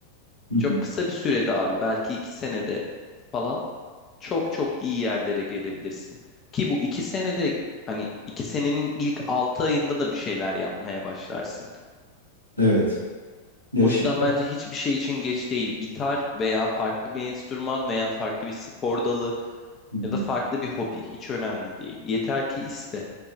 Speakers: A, on the left; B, on the left.
A: Hı hı.
B: çok kısa bir sürede abi belki 2 senede falan çok çok iyi yerlere gelebilirsin. Ki bu 2 senede hani 2 senenin ilk 6 ayında da bir şeyler yapmaya başlarsın.
A: Evet. Ya
B: O
A: şimdiden,
B: yüzden bence hiçbir şey için geç değil. Gitar veya farklı bir enstrüman veya farklı bir spor dalı
A: Hı hı.
B: ya da farklı bir hobi hiç önemli değil. Yeter ki iste.